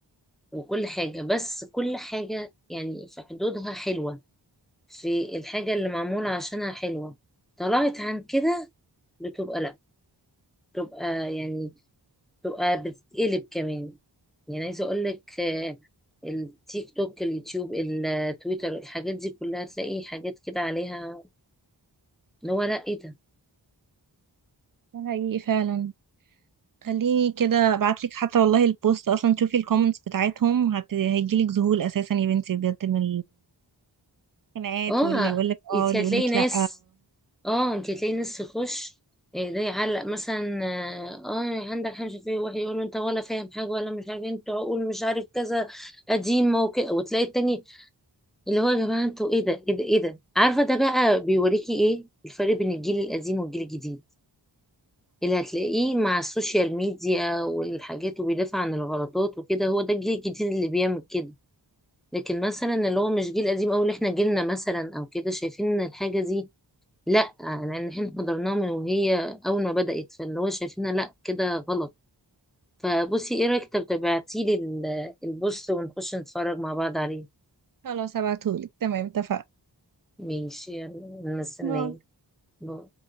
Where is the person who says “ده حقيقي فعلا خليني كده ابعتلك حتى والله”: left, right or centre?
Right